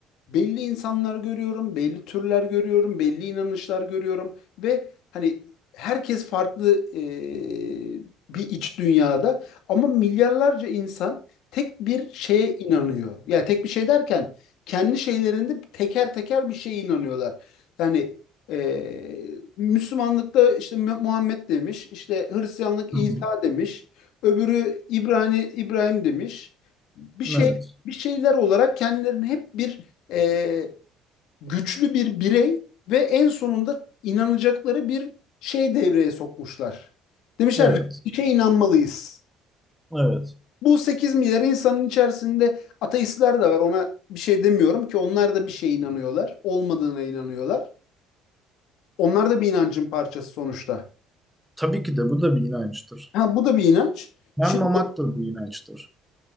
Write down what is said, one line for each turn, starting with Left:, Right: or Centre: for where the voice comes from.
Left: belli insanlar görüyorum, belli türler görüyorum, belli inanışlar görüyorum ve hani herkes farklı eee, bir iç dünyada ama milyarlarca insan tek bir şeye inanıyor. Yani tek bir şey derken kendi şeylerinde teker teker bir şeye inanıyorlar. Yani eee, Müslümanlıkta işte Mu- Muhammed demiş, işte Hristiyanlık
Centre: Hı
Left: İsa
Centre: hı.
Left: demiş, öbürü İbrani İbrahim demiş bir şey
Centre: Evet.
Left: bir şeyler olarak kendilerini hep bir e, güçlü bir birey ve en sonunda inanacakları bir şey devreye sokmuşlar. Demişler
Centre: Evet.
Left: bir şeye inanmalıyız.
Centre: Evet.
Left: Bu 8 milyar insanın içerisinde ateistler de var. Ona bir şey demiyorum ki onlar da bir şeye inanıyorlar. Olmadığına inanıyorlar. Onlar da bir inancın parçası sonuçta.
Centre: Tabii ki de bu da bir inançtır.
Left: Ha, bu da bir inanç.
Centre: Yanmamak
Left: Şimdi
Centre: da bir inançtır.